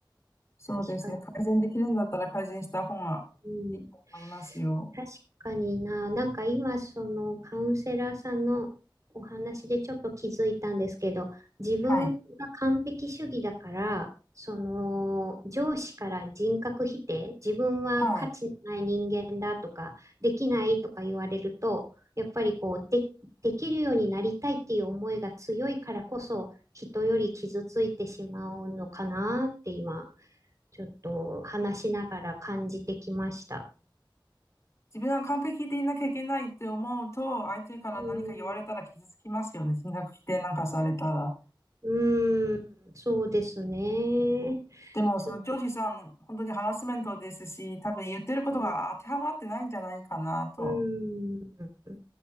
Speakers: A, on the left; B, on the right.
A: そうですね。
B: 確か
A: 改善できるんだったら改善した方がいいと思いますよ。
B: うん。確かにな、なんか今そのカウンセラーさんのお話でちょっと気づいたんですけど、自分が完璧主義だから、
A: はい。
B: その上司から人格否定、自分は価値のない人間だとか、
A: はい。
B: できないとか言われると、やっぱりこうで、できるようになりたいっていう思いが強いからこそ、人より傷ついてしまうのかなって今、ちょっと話しながら感じてきました。
A: 自分は完璧でいなきゃいけないって思うと、相手から何か言われたら傷つきますよね。
B: うん、
A: 人格否定なんかされたら。
B: うーん、そうですね。
A: でも、
B: ちょ、
A: その上司さん、本当にハラスメントですし、多分言ってることが当てはまってないんじゃないかなと。
B: うん、うん